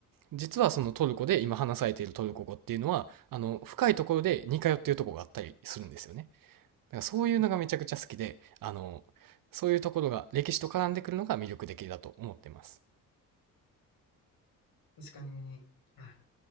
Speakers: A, on the right; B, on the left.
A: 実はそのトルコで今話されているトルコ語っていうのは、あの、深いところで似通っているところがあったりするんですよね。だからそういうのがめちゃくちゃ好きで、あの、そういうところが歴史と絡んでくるのが魅力的だと思ってます。
B: 確かに、あ